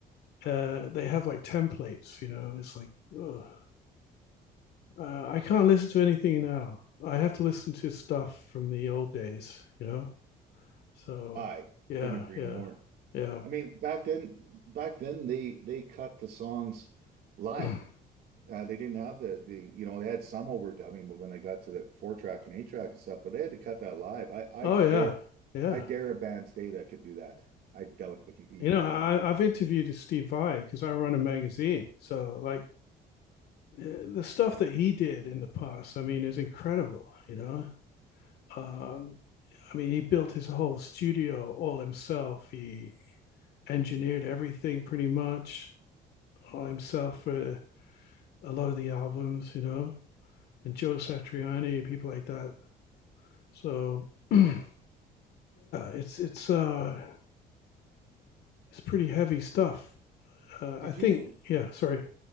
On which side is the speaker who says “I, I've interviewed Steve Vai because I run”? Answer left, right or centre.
Left